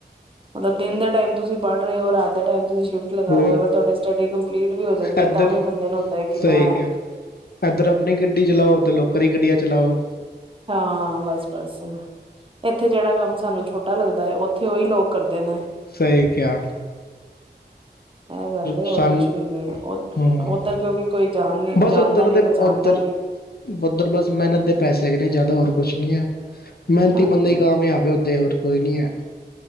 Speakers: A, on the right; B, on the left.
A: ਮਤਲਬ ਦਿਨ ਦੇ ਟਾਈਮ ਤੁਸੀਂ ਪੜ੍ਹ ਰਹੇ ਹੋ, ਰਾਤ ਦੇ ਟਾਈਮ ਤੁਸੀਂ ਸ਼ਿਫਟ ਲਗਾ
B: ਹੋਰ
A: ਰਹੇ ਹੋ, ਅਗਰ ਤੁਹਾਡੀ ਸਟੱਡੀ ਕੰਪਲੀਟ ਵੀ ਹੋ ਜਾਂਦੀ
B: ਇੱਧਰ
A: ਹੈ, ਤਾਂ ਵੀ ਬੰਦੇ ਨੂੰ ਹੁੰਦਾ ਹੈ ਕਿ
B: ਸਹੀ
A: ਮੈਂ
B: ਕਿਹਾ ਇੱਧਰ ਆਪਣੀ ਗੱਡੀ ਚਲਾਓ, ਉਧਰ ਲੋਕਾਂ ਦੀ ਗੱਡੀਆਂ ਚਲਾਓ
A: ਹਾਂ ਬਸ ਬਸ ਇੱਥੇ ਜਿਹੜਾ ਕੰਮ ਸਾਨੂੰ ਛੋਟਾ ਲੱਗਦਾ ਹੈ, ਉੱਥੇ ਉਹੀ ਲੋਕ ਕਰਦੇ ਨੇ
B: ਸਹੀ ਕੇਹਾ
A: ਆਹ ਗੱਲ ਏ, ਹੋਰ
B: ਸਨ
A: ਕੁਛ ਵੀ ਨੀ ਹੈ, ਉਧ
B: ਹੂੰ
A: ਉੱਧਰ ਕਿਉਂਕਿ ਕੋਈ ਜਾਣ ਨੀ
B: ਬਸ
A: ਜਾਣਦਾ
B: ਉੱਧਰ
A: ਨੀ
B: ਦੇ
A: ਪਚਾਣਦਾ
B: ਉੱਧਰ
A: ਨੀ।
B: ਉੱਧਰ ਬਸ ਮਿਹਨਤ ਦੇ ਪੈਸੇ ਹੈਗੇ ਨੇ ਜ਼ਿਆਦਾ ਹੋਰ ਕੁਛ ਨੀ ਹੈ ਮਿਹਨਤੀ
A: ਹਾਂਜੀ
B: ਬੰਦੇ ਹੀ ਕਾਮਯਾਬ ਹੈ ਉਦੇ ਹੋਰ ਕੋਈ ਨੀ ਹੈ।